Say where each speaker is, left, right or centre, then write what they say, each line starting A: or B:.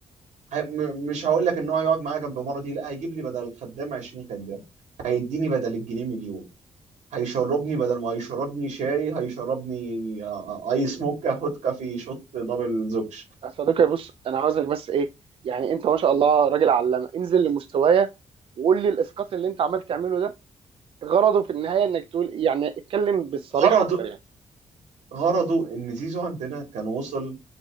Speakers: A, on the right; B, on the right.
A: هي... م... مش هقول لك ان هو هيقعد معايا جنب مرضي لا هيجيب لي بدل الخدام 20 خدام هيديني بدل الجنيه مليون هيشربني بدل ما هيشربني شاي هيشربني آه، ايس موكا هوت كافي شوت دبل زوكش
B: يا صديقي بص انا عاوزك بس ايه يعني انت ما شاء الله راجل علامه انزل لمستوايا وقول لي الاسقاط اللي انت عمال تعمله ده غرضه في النهايه انك تقول يعني اتكلم بالصريح
A: غرضه
B: اكتر يعني
A: غرضه ان زيزو عندنا كان وصل